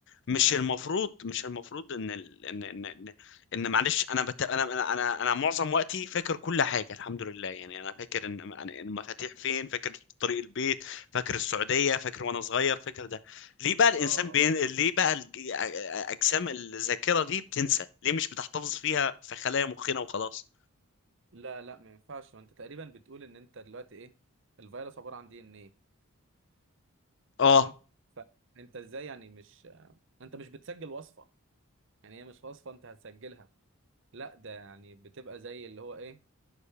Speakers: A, on the left; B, on the right.
A: مش المفروض
B: امم
A: مش المفروض ان ال... ان ان ان, إن معلش انا بت... انا انا انا أنا معظم وقتي فاكر كل حاجه الحمد لله يعني انا فاكر ان يعني المفاتيح فين فاكر طريق البيت فاكر السعوديه فاكر وانا صغير فاكر ده ليه بقى الانسان
B: اه
A: بين...
B: اه
A: ليه بقى الج... أ- أ- اجسام الذاكره دي بتنسى ليه مش بتحتفظ فيها في خلايا مخنا وخلاص
B: لا لا ما ينفعش ما انت تقريبا بتقول ان انت دلوقتي ايه الفيروس عباره عن دي ان ايه
A: اه
B: تمام فانت ازاي يعني مش انت مش بتسجل وصفه يعني هي مش وصفه انت هتسجلها لا ده يعني بتبقى زي اللي هو ايه